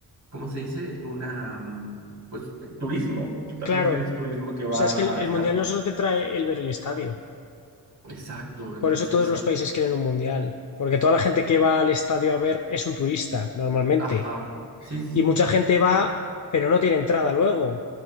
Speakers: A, on the right; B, on the left.
A: ¿cómo se dice? Una, mm, Pues eh, turismo, totalmente
B: claro.
A: es turismo que va
B: O sea, es que el, el
A: a estar.
B: mundial no solo te trae el ver el estadio.
A: exacto, entonces,
B: Por eso todos los
A: a-
B: países quieren un mundial. Porque toda la gente
A: eh,
B: que va al estadio a ver es un turista, normalmente.
A: ajá, sí, sí,
B: Y
A: sí,
B: mucha gente va, pero no tiene entrada luego.